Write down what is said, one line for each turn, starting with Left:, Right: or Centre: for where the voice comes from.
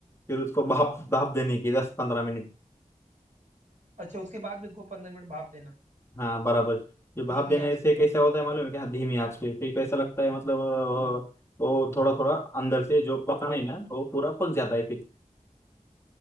Left: फिर उसको भाप भाप देने की दस पंद्रह मिनट
Right: अच्छा उसके बाद भी उसको पंद्रह मिनट भाप देना है।
Left: हाँ बराबर ये भाप
Right: धीमी
Left: देने
Right: आंच
Left: से
Right: पे
Left: कैसा
Right: है
Left: होता है मालूम है क्या धीमी आंच पे फिर कैसा लगता है मतलब वो,
Right: हाँ
Left: वो थोड़ा थोड़ा अंदर से जो पका नहीं ना वो पूरा पक जाता है फिर